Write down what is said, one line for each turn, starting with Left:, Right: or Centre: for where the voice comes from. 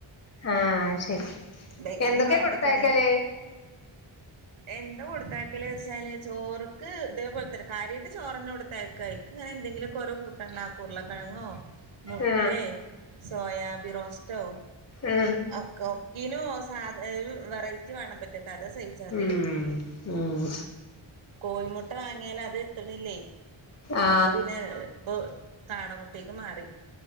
Left: ആഹ് ശരി,
Right: ഡെയിലി
Left: എന്തൊക്കെയാ
Right: വേണ്ടപ്പത്
Left: കൊടുത്തയക്കല്
Right: എന്താ കൊടുത്തക്കല് വെച്ചാല് ചോറക്ക് ഇതേപോലെ തന്നെ കാര്യട്ട് ചോറന്നെ കൊടുത്തക്കാ ഇങ്ങനെ എന്തെങ്കിലൊക്ക ഓരോ കൂട്ടാണ്ടാക്കും ഉരുളകിഴങ്ങോ മുട്ടേ
Left: ആ
Right: സോയാബി റോസ്റ്റോ
Left: ആ
Right: അക്കോ ജിനു സാധ ഒരു വെറൈറ്റിവേണം പറ്റത്താത അതസേഫ് ചതത്
Left: ഉം ഉം
Right: കോഴിമുട്ട വാങ്ങിയാൽ അത് എത്ത്ണില്ലേ
Left: ആ
Right: അപ്പൊപിന്നെ ഇപ്പൊ കാടമുട്ടിക്ക് മാറി